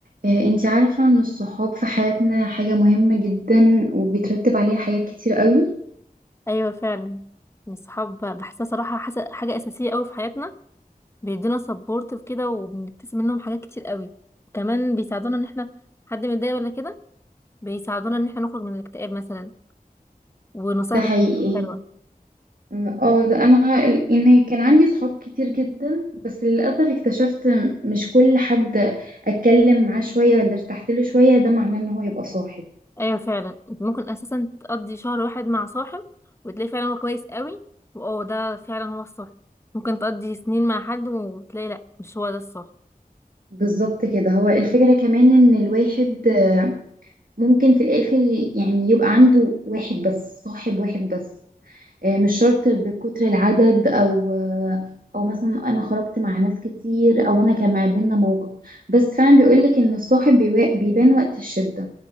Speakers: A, on the right (about 65°); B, on the left (about 15°).
A: آه، انتي عارفة ان الصحاب في حياتنا حاجة مهمة جدا وبيترتب عليها حاجات كتير قوي
B: ايوه فعلا يعني الصحاب بحسها صراحه حس... حاجه اساسيه قوي في حياتنا بيدونا سبورت في كده وبنكتسب منهم حاجات كتير قوي وكمان بيساعدونا ان احنا حد متضايق ولا كده بيساعدونا ان احنا نخرج من الاكتئاب مثلا ونصايح
A: ده حقيقي
B: بت- حلوه
A: اه آه، ده انا ال- يعني كان عندي صحاب كتير جدا بس للأسف اكتشفت م- مش كل حد اتكلم معاه شوية ولا ارتحت له شوية ده معناه ان هو يبقى صاحب
B: ايوه فعلا انت ممكن اساسا تقضي شهر واحد مع صاحب وتلاقي فعلا هو كويس قوي واه ده فعلا هو الصح ممكن تقضي سنين مع حد وتلاقي لا مش هو ده الصح
A: بالظبط كده هو الفكرة كمان ان الواحد آه، ممكن في الاخر يعني يبقى عنده واحد بس صاحب واحد بس آه، مش شرط بكتر العدد او آه، او مثلا انا خرجت مع ناس كتير او انا كان ما بينا موقف بس فعلا بيقولك ان الصاحب بيوا- بيبان وقت الشدة